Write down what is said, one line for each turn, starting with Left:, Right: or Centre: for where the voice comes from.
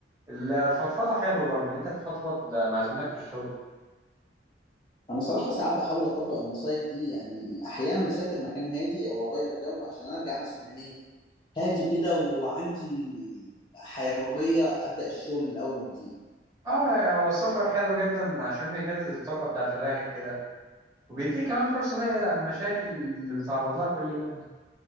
Right: الفضفضة حلوة برضو إن انت تفضفض مع زميلك في الشغل
Left: انا صراحه ساعات بحاول اطبق النصايح دي يعني احيانا بسافر مكان هادي او اغير جو عشان ارجع مثلا ايه هادي كده وعندي حيويه ابدا الشغل من الاول وجديد
Right: اه هو السفر حلو جدا عشان بيجدد الطاقة بتاعت الواحد كده وبيديك كمان فرصة تبعد عن المشاكل اللي بيتعرض لها كل يوم